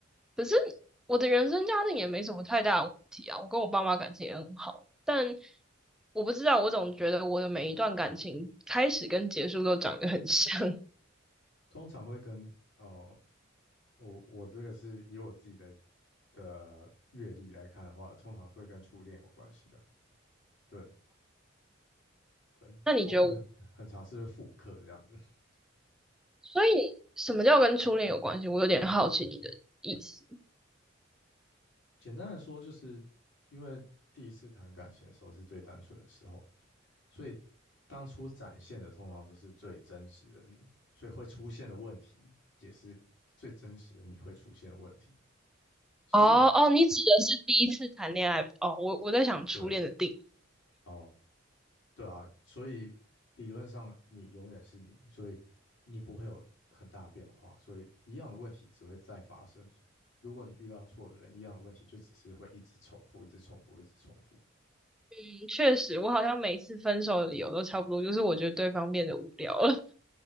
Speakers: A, in the centre; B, on the left.
A: 可是我的原生家庭也没什么太大的问题啊，我跟我爸妈感情也很好，但我不知道，我总觉得我的每一段感情开始跟结束都长得很像。
B: 通常会跟哦，我我这个是以我自己的的阅历来看的话，通常会跟初恋有关系的。对对，
A: <laughs> 那你觉得我？
B: 后面很很尝试复刻这样子。<laughs>
A: 所以什么叫跟初恋有关系？我有点好奇你的意思。
B: 简单来说，就是因为第一次谈感情的时候是最单纯的时候，所以当初展现的通常都是最真实的你，所以会出现的问题也是最真实的你会出现的问题。所以
A: 哦哦，你指的是第一次谈恋爱哦？我我在想初恋的定义，
B: 对哦，对啊，所以理论上你永远是你，所以你不会有很大的变化，所以一样的问题只会再发生。如果你遇到错的人，一样的问题就只是会一直重复，一直重复，一直重复。
A: 嗯确实，我好像每次分手的理由都差不多，就是我觉得对方变得无聊了，